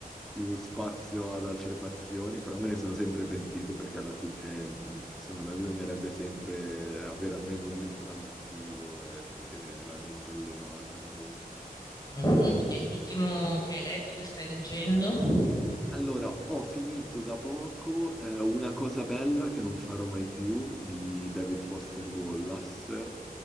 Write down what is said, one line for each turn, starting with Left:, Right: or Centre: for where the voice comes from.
Centre: più spazio ad altre passioni, però me ne sono sempre pentito perché alla fine, mh, secondo me, bisognerebbe sempre avere almeno un libro all'attivo eh, che tiene la mente allenata comunque.
Left: Mh-mh. E l'ultimo che hai letto, che stai leggendo?
Centre: Allora, ho finito da poco eh, Una cosa bella che non farò mai più di David Foster Wallace,